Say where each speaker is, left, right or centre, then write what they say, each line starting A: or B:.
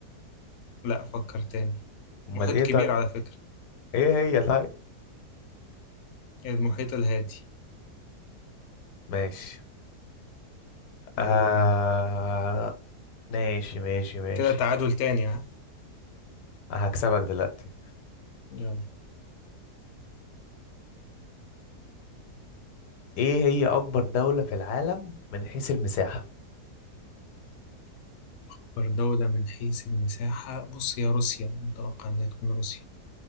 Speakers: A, on the left; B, on the left.
A: لا فكر تاني
B: أمال
A: محيط
B: إيه
A: كبير
B: طيب؟
A: على فكرة
B: إيه هي طيب؟
A: المحيط الهادي
B: ماشي آه...
A: يلا بينا
B: ماشي ماشي ماشي
A: كده تعادل تاني ها
B: هكسبك دلوقتي
A: يلا
B: ايه هي اكبر دولة في العالم من حيث المساحة
A: أكبر دولة من حيث المساحة بص يا روسيا متوقع إنها تكون روسيا